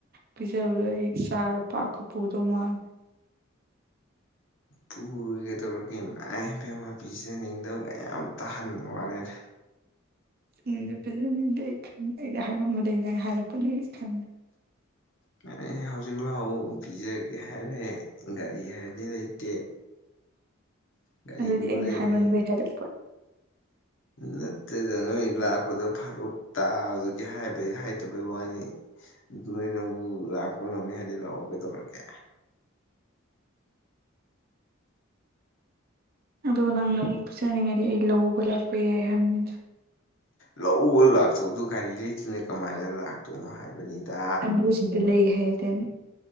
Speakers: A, on the right (about 45°); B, on the left (about 65°).
A: ꯄꯤꯖꯕꯗꯣ ꯑꯩ ꯆꯥꯔ ꯄꯥꯞꯀ ꯄꯨꯗꯧ ꯃꯥꯜꯂꯦ
B: ꯄꯨꯔꯣꯏ ꯀꯩꯗꯧꯔꯒꯦ ꯏꯃꯥꯏ ꯄꯦꯝꯃ ꯄꯤꯖꯅꯤꯡꯗꯕꯒ ꯌꯥꯝ ꯇꯥꯍꯟꯕ ꯋꯥꯅꯤꯗ
A: ꯅꯪ ꯄꯤꯖꯅꯤꯡꯗꯦ ꯑꯩ ꯈꯪꯉꯤ ꯑꯩꯅ ꯍꯥꯏꯃꯟꯕꯗꯒꯤ ꯅꯪ ꯍꯥꯏꯔꯛꯄꯅꯦ ꯑꯩ ꯈꯪꯉꯦ
B: ꯅꯪ ꯑꯩ ꯍꯧꯖꯤꯛ ꯂꯥꯛꯑꯣ ꯄꯤꯖꯒꯦ ꯍꯥꯏꯔꯦ ꯒꯥꯔꯤ ꯍꯥꯏꯔꯗꯤ ꯂꯩꯇꯦ ꯒꯥꯔꯤꯗꯨꯕꯨ
A: ꯑꯗꯨꯗꯤ ꯑꯩꯅ
B: ꯂꯩꯔꯦ
A: ꯍꯥꯏꯃꯟꯕꯩ ꯍꯥꯏꯕ
B: ꯅꯠꯇꯦꯗ ꯅꯣꯏꯗ ꯂꯥꯛꯄꯗꯣ ꯐꯔꯛ ꯇꯥꯕꯗꯨꯒꯤ ꯍꯥꯏꯕꯩ ꯍꯥꯏꯗꯕꯩ ꯋꯥꯅꯤ ꯅꯣꯏꯅꯕꯨ ꯂꯥꯛꯄ ꯉꯝꯅꯤ ꯍꯥꯏꯗꯤ ꯂꯥꯛꯑꯣ ꯀꯩꯗꯧꯔꯒꯦ
A: ꯑꯗꯨꯒ ꯅꯪ ꯂꯧꯕꯨꯛ ꯆꯠꯅꯤꯡꯉꯩꯗꯤ ꯑꯩ ꯂꯧꯕ ꯂꯥꯛꯄꯤꯒꯦ ꯍꯥꯏꯕꯅꯤꯗ
B: ꯂꯧꯕ ꯂꯥꯛꯇꯧꯗꯨ ꯒꯥꯔꯤ ꯂꯩꯇꯥꯅ ꯀꯃꯥꯏꯅ ꯂꯥꯛꯇꯣꯏꯅꯣ ꯍꯥꯏꯕꯅꯤꯗ
A: ꯅꯪꯕꯨ ꯍꯧꯖꯤꯛꯇꯤ ꯂꯩ ꯍꯥꯏꯌꯦ <unintelligible>